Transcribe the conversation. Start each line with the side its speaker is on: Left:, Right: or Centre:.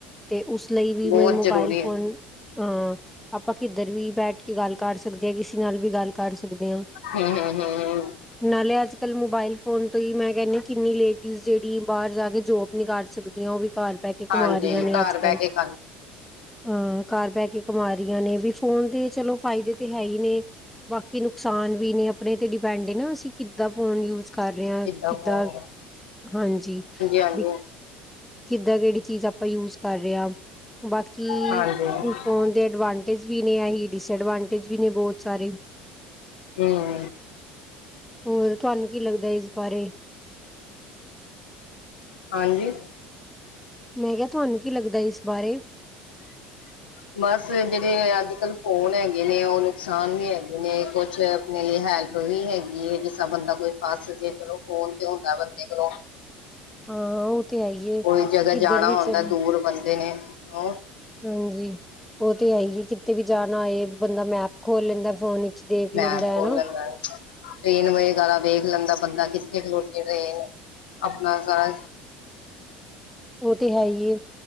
Centre: ਤੇ ਉਸ ਲਈ ਵੀ ਮੈਂ
Left: ਬਹੁਤ
Centre: ਮੋਬਾਇਲ
Left: ਜ਼ਰੂਰੀ
Centre: ਫੋਨ
Left: ਹੈ
Centre: ਹਾਂ। ਆਪਾਂ ਕਿੱਧਰ ਵੀ ਬੈਠ ਕੇ ਗੱਲ ਕਰ ਸਕਦੇ ਆਂ, ਕਿਸੇ ਨਾਲ ਵੀ ਗੱਲ ਕਰ ਸਕਦੇ ਆਂ।
Left: ਹਾਂ ਹਾਂ ਹਾਂ ਹਾਂ।
Centre: ਨਾਲੇ ਅੱਜ ਕੱਲ ਮੋਬਾਇਲ ਫੋਨ ਤੋਂ ਈ ਮੈਂ ਕੈਨੀ ਕਿੰਨੀ ਲੇਡੀਜ਼ ਜੇੜੀ ਬਾਰ ਜਾ ਕੇ ਜੋਬ ਨੀ ਕਰ ਸਕਦੀਆਂ ਓ ਵੀ ਘਰ ਬੈਠ ਕੇ
Left: ਹਾਂਜੀ
Centre: ਕਮਾਰੀਆਂ ਨੇ
Left: ਘਰ
Centre: ਅੱਜ-ਕੱਲ੍ਹ।
Left: ਬਹਿ ਕੇ ਕਰ
Centre: ਹਾਂ, ਘਰ ਬੈ ਕੇ ਕਮਾ ਰੀਆਂ ਨੇ, ਵੀ ਫੋਨ ਦੇ ਚਲੋ ਫਾਇਦੇ ਤੇ ਹੈ ਈ ਨੇ। ਬਾਕੀ ਨੁਕਸਾਨ ਵੀ ਨੇ ਅਪਣੇ ਤੇ ਡਿਪੈਂਡ ਏਨਾ ਅਸੀ ਕਿੱਦਾਂ ਫੋਨ ਯੂਜ਼ ਕਰ ਰੇ
Left: ਕਿੱਦਾਂ
Centre: ਆਂ।
Left: ਹੋਣਗੇ
Centre: ਦਾ, ਹਾਂਜੀ।
Left: ਹਾਂਜੀ
Centre: ਵੀ ਕਿੱਦਾਂ ਕੇੜੀ ਚੀਜ਼ ਆਪਾਂ ਯੂਜ ਕਰਰੇ ਆਂ। ਬਾਕੀ
Left: ਹਾਂਜੀ ਹਾਂਜੀ ਹੂੰ
Centre: ਫੋਨ ਦੇ ਐਡਵਾਂਟੇਜ ਵੀ ਨੇ ਐਹੀ, ਡਿਸਐਡਵਾਂਟੇਜ ਵੀ ਨੇ ਬੋਤ ਸਾਰੇ।
Left: ਹਾਂ।
Centre: ਹੋਰ ਤੁਹਾਨੂੰ ਕੀ ਲੱਗਦਾ ਇਸ ਬਾਰੇ?
Left: ਹਾਂਜੀ।
Centre: ਮੈਂ ਕੇਆ ਤੁਹਾਨੂੰ ਕੀ ਲੱਗਦਾ ਇਸ ਬਾਰੇ?
Left: <unintelligible> ਬਸ ਜੇੜੇ ਅੱਜ-ਕੱਲ ਫੋਨ ਹੈਗੇ ਨੇ, ਓ ਨੁਕਸਾਨ ਵੀ ਹੈਗੇ ਨੇ ਕੁਛ ਲਈ ਹੈਲਪ ਵੀ ਹੈਗੀ ਏ, ਜਿਸਾ ਬੰਦਾ ਕੋਈ ਫਸ ਜੇ ਚਲੋ ਫੋਨ ਤੇ ਹੁੰਦਾ ਬੰਦੇ ਕੋਲੋਂ।
Centre: ਹਾਂ। ਔ ਤੇ ਹੈਈ ਏ
Left: ਕੋਈ ਜਗ੍ਹਾ
Centre: ਕਿੱਧਰ
Left: ਜਾਣਾ
Centre: ਵੀ
Left: ਹੁੰਦਾ
Centre: ਚਲ
Left: ਦੂਰ ਬੰਦੇ ਨੇ ਉਹ
Centre: ਹਾਂਜੀ। ਓ ਤੇ ਹੈ ਈ ਏ, ਕਿਤੇ ਵੀ ਜਾਣਾ ਹੋਏ ਬੰਦਾ ਮੈਪ ਖੋਲ ਲੈਂਦਾ ਫੋਨ ਦੇਖ
Left: ਮੈਪ
Centre: ਲੈਂਦਾ ਐ ਨਾ।
Left: <unintelligible> ਟ੍ਰੇਨ ਵਗੈਰਾ ਵੇਖ ਲੈਂਦਾ ਬੰਦਾ ਕਿੱਥੇ ਖਲੋਤੀ ਟ੍ਰੇਨ। ਅਪਣਾ ਸਾਰਾ
Centre: ਓ ਤੇ ਹੈ ਈਏ।